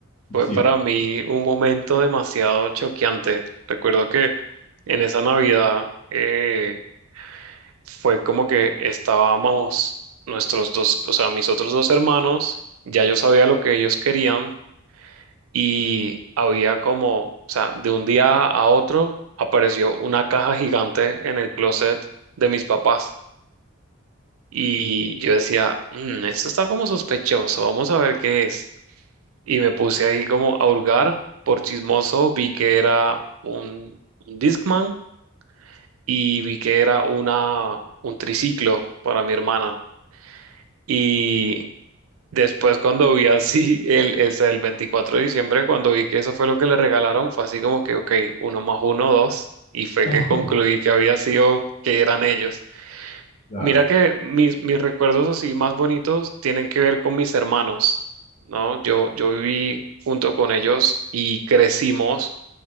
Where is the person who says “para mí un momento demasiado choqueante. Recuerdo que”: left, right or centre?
Right